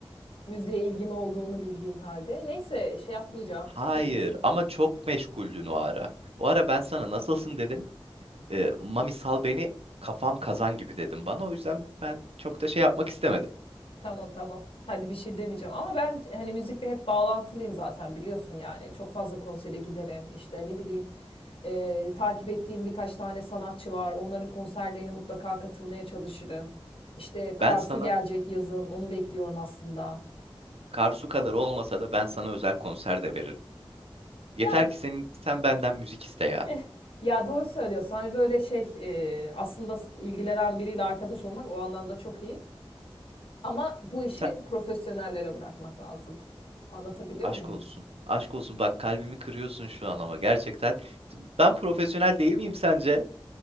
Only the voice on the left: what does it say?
Müziğe ilgim olduğunu bildiğin halde. Neyse şey yapmayacağım
<laughs> şimdi.
Tamam tamam. Hadi bir şey demeyeceğim ama ben hani müzikle hep bağlantılıyım zaten biliyorsun yani. Çok fazla konsere giderim. İşte ne bileyim e, takip ettiğim birkaç tane sanatçı var. Onların konserlerine mutlaka katılmaya çalışırım. İşte Karsu
gelecek yazın. Onu bekliyorum aslında.
Ya
eh, ya doğru söylüyorsun. Hani böyle şey e, aslında s- ilgilenen biriyle arkadaş olmak o anlamda çok iyi. Ama bu işi
profesyonellere bırakmak lazım. Anlatabiliyor
muyum?